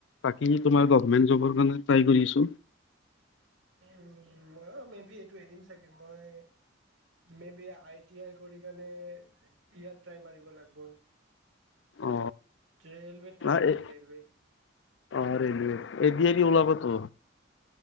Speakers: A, on the left; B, on the right.
A: বাকী তোমাৰ গৰ্ভমেণ্ট জবৰ কাৰনে ট্ৰাই কৰি আছোঁ।
B: উ মই অ মে বি এইটো এৰিম চাগে মই maybe I T I কৰি কাৰণ ইয়াত ট্ৰাই মাৰিব লাগিব
A: অ
B: ৰেলৱে ট্ৰাই
A: না
B: মাৰিম
A: এ
B: ৰেলৱে
A: অ ৰেলৱে এ ডী আৰ ই উলাবটো